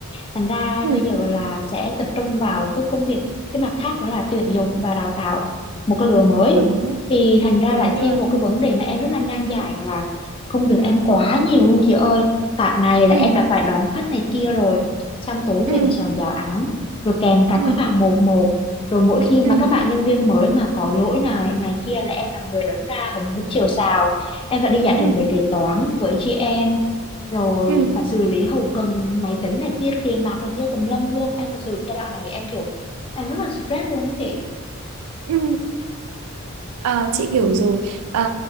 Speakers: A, on the left (about 25°); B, on the right (about 90°).
A: thành ra
B: ừ
A: bây giờ là sẽ tập trung vào cái công việc cái mặt khác đó là tuyển dụng và đào tạo một cái lứa mới
B: đúng rồi
A: thì thành ra
B: đúng
A: lại
B: rồi
A: thêm một cái vấn đề mà em rất là nan giải là công việc em quá nhiều luôn chị ơi cả ngày là
B: ừ
A: em đã phải đón khách này kia rồi xong tối
B: ừ
A: về phải soạn giáo án rồi kèm cặp
B: ừ
A: các bạn một một rồi mỗi khi
B: ừ
A: mà các bạn nhân viên mới mà có lỗi nào này kia là em là người đứng ra hứng mũi chiều sào em phải đi giải
B: ừ
A: trình về kế toán với chị em rồi
B: ừ ừ
A: phải xử lý hậu cần máy tính này kia tiền bạc này kia tùm lum luôn em thật sự giai đoạn này em kiểu em rất là stress luôn đó chị
B: ừ. À, chị hiểu
A: ừ
B: rồi. À,